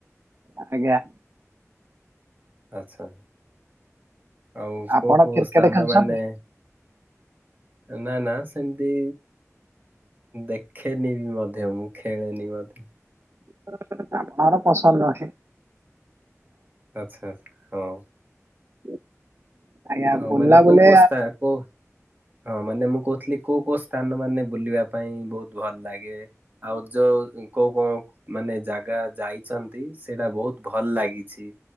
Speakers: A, on the right (about 50°); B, on the right (about 30°).
A: ଆଜ୍ଞା।
B: ଆଚ୍ଛା। ଆଉ
A: ଆପଣ
B: କୋଉ କୋଉ
A: କ୍ରିକେଟ
B: ସ୍ଥାନ
A: ଖେଳୁଛନ୍ତି
B: ମାନେ ନା ନା। ସେମିତି ଦେଖେନି ବି ମଧ୍ୟ ମୁଁ ଖେଳେନି ମଧ୍ୟ।
A: <unintelligible>
B: ଆଚ୍ଛା ହଁ।
A: <inaudible> ଆଜ୍ଞା
B: ଆଉ
A: ବୁଲାବୁଲି
B: ମାନେ କୋଉ କୋ ସ୍ଥା କୋଉ ହଁ ମାନେ ମୁଁ କହୁଥିଲି। କୋଉ କୋଉ ସ୍ଥାନ ମାନେ ବୁଲିବା ପାଇଁ ବୋହୁତ ଭଲ ଲାଗେ, ଆଉ ଯୋଉ କୋଉ କଉ ମାନେ ଜାଗା ଯାଇଛନ୍ତି ସେଇଟା ବୋହୁତ ଭଲ ଲାଗିଛି